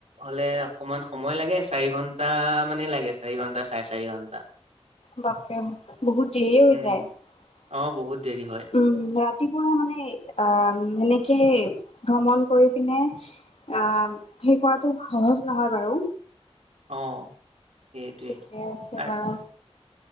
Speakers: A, on the right; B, on the left.
A: হলে অকমান সময় লাগে চাৰি ঘন্টা মানে লাগে, চাৰি ঘণ্টা চাৰে চাৰি ঘণ্টা।
B: বাপৰে! বহুত দেৰি হৈ
A: উম
B: যায়।
A: অ বহুত দেৰি হয়
B: উম ৰা ৰাতিপুৱাই মানে আহ সেনেকে ভ্ৰমণ কৰি পিনে আহ সেই কৰাতো সহজ নহয় বাৰু।
A: অ' সেইটোৱেই
B: ঠিকে আছে
A: আৰ
B: বাৰু,